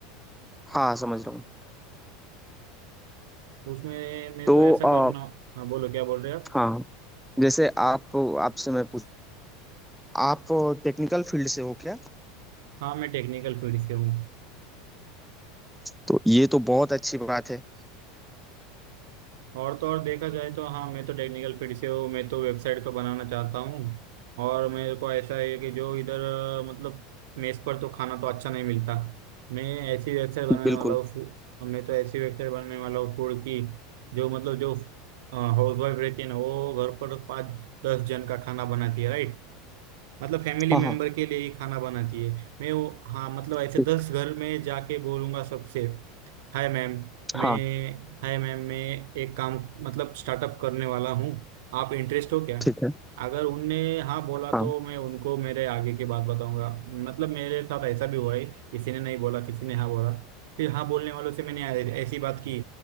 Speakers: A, in the centre; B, on the right.
A: हाँ समझ रहा हूँ
B: उसमें मैं
A: तो
B: तो ऐसा
A: आ,
B: करना हाँ बोलो क्या बोल रहे हो आप
A: हाँ जैसे आप आपसे मैं पूछ आप टेक्निकल फील्ड से हो क्या
B: हाँ मैं टेक्निकल फील्ड से हूँ
A: तो ये तो बहुत अच्छी बात है
B: और तो और देखा जाए तो हाँ मैं तो टेक्निकल फील्ड से हूँ मैं तो वेबसाइट को बनाना चाहता हूँ और मेरे को ऐसा है कि जो इधर अ, मतलब मेस पर तो खाना तो अच्छा नहीं मिलता मैं ऐसी वेबसाइट बनाने
A: बिल्कुल
B: वाला हूँ फू- मैं तो ऐसी वेबसाइट बनाने वाला हूँ फूड की जो मतलब जो हाउस वाइफ रहती है ना वो घर पर पाँच दस जन का खाना बनाती है राइट मतलब फैमिली
A: हाँ
B: मेंबर
A: हाँ
B: के लिए ही खाना बनाती है मैं वो हाँ मतलब ऐसे
A: ठीक-
B: दस घर में जाके बोलूंगा सबसे हाय मैम
A: हाँ
B: मैं हाय मैम मैं एक काम मतलब स्टार्टअप करने वाला हूँ आप इंटरेस्ट हो क्या
A: ठीक है
B: अगर उनने हाँ बोला
A: हाँ
B: तो मैं उनको मेरे आगे की बात बताऊंगा मतलब मेरे साथ ऐसा भी हुआ है किसी ने नहीं बोला किसी ने हाँ बोला फिर हाँ बोलने वालों से मैंने ऐ- ऐसी बात की